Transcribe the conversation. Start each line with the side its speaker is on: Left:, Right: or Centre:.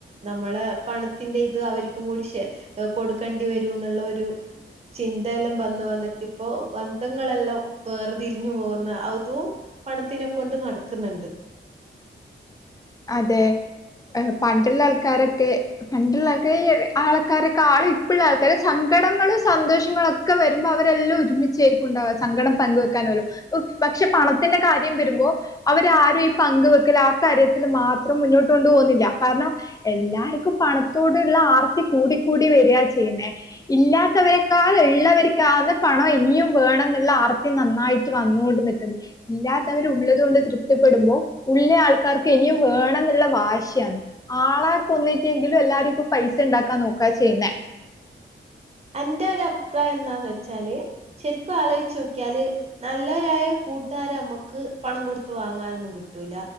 Right: നമ്മള് പണത്തിന്റെ ഇത് അവരിക്കും കൂടി ഷേ കൊടുക്കേണ്ടി വരൂ എന്നുള്ള ഒരു ചിന്തയെല്ലാം വന്ന് വന്നിട്ടിപ്പോ ബന്ധങ്ങളെല്ലോം വേറെതിരിഞ്ഞു പോകുന്ന അതും പണത്തിനെ കൊണ്ട് നടക്ക്ന്ന്ണ്ട്
Left: അതെ പണ്ടുള്ള ആൾക്കാരൊക്കെ പണ്ടുള്ളക്കെ ഈ ആൾക്കാരൊക്കെ ആളും ഇപ്പ ആൾക്കാര് സങ്കടങ്ങളും സന്തോഷങ്ങളു ക്കാ വരുമ്പോ അവരെല്ലാം ഒരുമിച്ചാരിക്കുണ്ടാവ സങ്കടം പങ്കുവെക്കാനോലോ പക്ഷേ പണത്തിന്റെ കാര്യം വരുമ്പോ അവരരും ഈ പങ്ക് വെക്കൽ ആ കാര്യത്തി ത്തില് മാത്രം മുന്നോട്ട് കൊണ്ട് പോകുന്നില്ല കാരണം എല്ലാർക്കും പണത്തോടുള്ള ആർത്തി കൂടി കൂടി വരാ ചെയ്യുന്നേ ഇല്ലാത്തവരെക്കാൾ ഇള്ളവർക്കാന്ന് പണം ഇനിയും വേണം ന്നുള്ള ആർത്തി നന്നായി ട്ട് വന്നോണ്ട് നിക്കുന്നെ ഇല്ലാത്തവര് ഉള്ളതു കൊണ്ട് തൃപ്തിപ്പെടുമ്പോ ഉള്ള ആൾക്കാർ ക്കിനിയും വേണം ന്നുള്ള വാശിയാന്ന്. ആള കൊന്നിട്ടെങ്കിലും എല്ലാരും ഇപ്പ പൈസ ഇണ്ടാക്കാൻ നോക്കാ ചെയ്യുന്നേ
Right: അന്റെ ഒരു അഭിപ്രായം എന്താന്ന് വെച്ചാല് ശെരിക്കും ആലോച്ചോക്കിയാല് നല്ലവരായ കൂട്ടുകാരെ അമ്മക്ക് പണം കൊടുത്ത് വാങ്ങാനൊന്നും കിട്ടൂല്ല